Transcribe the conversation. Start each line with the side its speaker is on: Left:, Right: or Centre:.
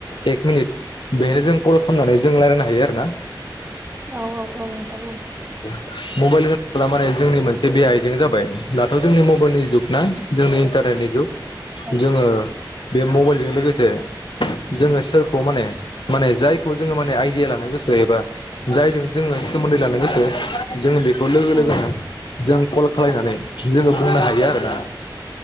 Left: एक मिनिट बेहायनो जों कल खालामनानै जों रायजलायनो हायो आरोना।
Right: औ औ औ नोंथां नंगौ।
Left: मबाइल होन मानाय जोंनि मोनसे बे आइजें जाबाय दाथ' जोंनि मबाइलनि जुग ना
Right: उम
Left: जोंनि इन्टारने ज
Right: औ
Left: <inaudible> जोङो। बे मबाइल लोगोसे, जोङो सोरखौ माने माने जायखौ जोङो माने आइडिया लानो गोसो, एबा जायजों जोङो सोमोन्दै लानो गोसो जो बेखौ लोगो लोगो
Right: औ
Left: नो जों कल खालायनानै जोङो बुंनो हायो आरोना।